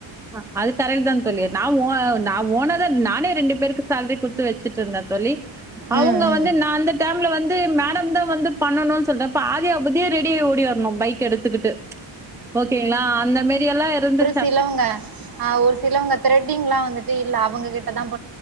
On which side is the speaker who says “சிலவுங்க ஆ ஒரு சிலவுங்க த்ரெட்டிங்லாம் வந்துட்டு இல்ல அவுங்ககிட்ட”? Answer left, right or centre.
Right